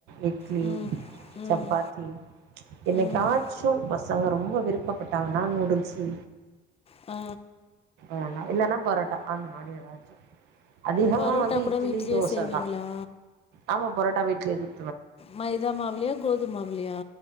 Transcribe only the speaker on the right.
இட்லி
சப்பாத்தி என்னைக்காச்சு
பச ங்க ரொம்ப விருப்பப்பட்டாங்கன்னா நூடுல்ஸு
ஏன்னா இல்லன்னா பரோட்டா அந்த மாரி எதாச்சு அதிகமா
வந்து
இட்லி
தோசதா
ஆமா பரோட்டா வீட்லயே செஞ்